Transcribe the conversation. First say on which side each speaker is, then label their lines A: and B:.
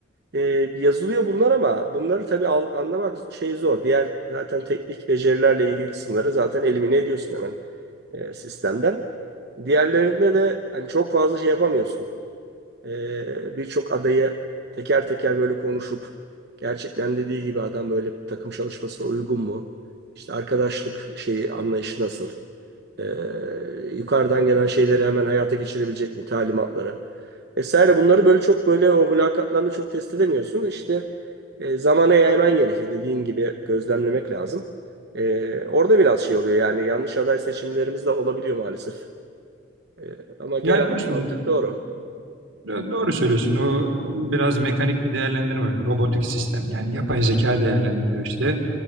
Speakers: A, on the right; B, on the right.
A: e, yazılıyor bunlar ama bunları tabii al- anlamak şey zor. Diğer zaten teknik becerilerle ilgili kısımları zaten elimine ediyorsun hemen e, sistemden. Diğerlerinde de hani çok fazla şey yapamıyorsun. E, birçok adayı teker teker böyle konuşup gerçekten dediği gibi adam böyle takım çalışmasına uygun mu? İşte arkadaşlık şeyi anlayışı nasıl? Ee, yukarıdan gelen şeyleri hemen hayata geçirebilecek mi? Talimatları vesaire. Bunları böyle çok böyle o mülakatlarla çok test edemiyorsun. İşte e, zamana yayman gerekiyor. Dediğin gibi gözlemlemek lazım. Ee, orada biraz şey oluyor yani yanlış aday seçimlerimiz de olabiliyor maalesef. Ee, ama genel
B: Yani dostum
A: mantık doğru.
B: Do- Doğru söylüyorsun. O biraz mekanik bir değerlendirme. Robotik sistem yani yapay zeka değerlendiriyor işte.